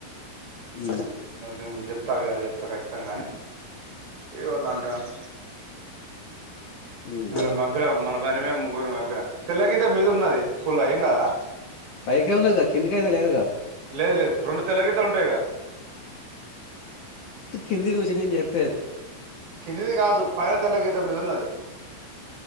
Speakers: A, on the left (about 55°); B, on the right (about 80°).
A: ఉమ్
B: రేపు చెప్తా ఇయాల చెప్తా ఖచ్చితంగా అని ఏదో అట్లా అంటాండు
A: ఉమ్
B: ఈ ఆళ్ళ మధ్య మన బండి మీద ముగ్గురు ని పంపిన తెల్లగీత మీద ఉన్నది పుల్ల ఏం కదా
A: పైకె ఉన్నది గా కిందికి అయితే లేదు గా
B: లేదు లేదు రెండు తెల్ల గీతలు ఉంటాయి గ
A: కిందిది చూసి నేను చెప్పేది
B: కిందిది కాదు పైన తెల్ల గీత మీద ఉన్నది